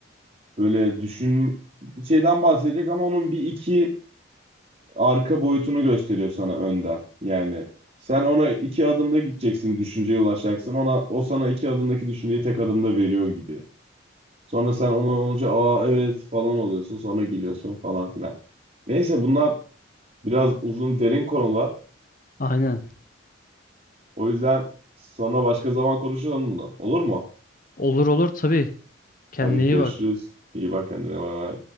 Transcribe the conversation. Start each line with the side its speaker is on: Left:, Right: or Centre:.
Right: böyle düşün bir şeyden bahsedecek ama onun bir iki arka boyutunu gösteriyor sana önden. Yani sen ona iki adımda gideceksin, düşünceye ulaşacaksın. Ona o sana iki adımdaki düşünceyi tek adımda veriyor gibi. Sonra sen ona olunca aa evet falan oluyorsun. Sonra gülüyorsun falan filan. Neyse bunlar biraz uzun derin konular.
Left: Aynen.
Right: O yüzden sonra başka zaman konuşalım bunu. Olur mu?
Left: Olur olur tabii. Kendine
Right: Hadi
Left: iyi
Right: görüşürüz.
Left: bak.
Right: İyi bak kendine. Bay bay.